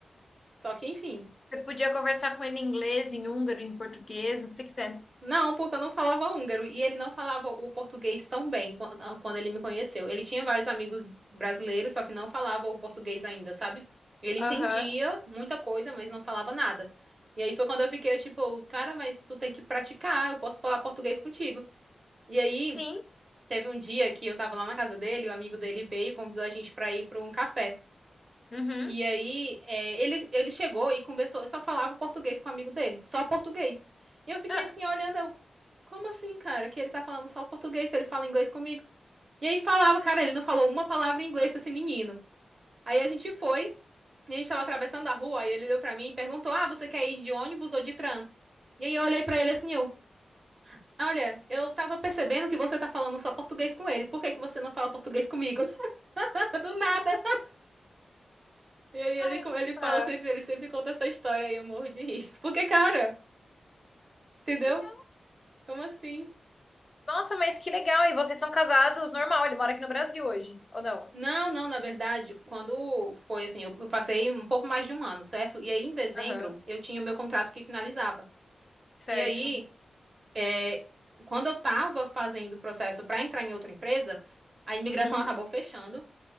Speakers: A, on the right; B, on the left.
A: Só que, enfim.
B: Você podia conversar com ele em inglês, em húngaro, em português, o que você quiser.
A: Não, porque eu não falava húngaro e ele não falava o português tão bem quan- ah, quando ele me conheceu. Ele tinha vários amigos brasileiros, só que não falava o português ainda, sabe? Ele
B: Aham.
A: entendia muita coisa, mas não falava nada. E aí foi quando eu fiquei tipo, cara, mas tu tem que praticar, eu posso falar português contigo. E aí
B: Sim.
A: teve um dia que eu tava lá na casa dele, o amigo dele veio e convidou a gente pra ir pra um café.
B: Uhum.
A: E aí, é, ele, ele chegou e conversou, e só falava português com o amigo dele, só português. E eu fiquei
B: <laughs>
A: assim, olhando, eu, como assim, cara, que ele tá falando só português, se ele fala inglês comigo? E aí falava, cara, ele não falou uma palavra em inglês com esse menino. Aí a gente foi, e a gente tava atravessando a rua, aí ele olhou pra mim e perguntou, ah, você quer ir de ônibus ou de tram? E aí eu olhei pra ele assim, eu, olha, eu tava percebendo que você tá falando só português com ele, por que que você não fala português comigo? <laughs> Do nada. E aí
B: Caramba!
A: ele, co- ele fala sempre, ele sempre conta essa história e eu morro de rir. <laughs> Porque, cara, entendeu?
B: Então,
A: Como assim?
B: nossa, mas que legal! E vocês são casados normal? Ele mora aqui no Brasil hoje, ou não?
A: Não, não, na verdade, quando foi assim, eu eu passei um pouco mais de um ano, certo? E aí, em dezembro,
B: Aham,
A: eu tinha o meu contrato que finalizava.
B: certo.
A: E aí, é, quando eu tava fazendo o processo para entrar em outra empresa, a imigração
B: Uhum.
A: acabou fechando.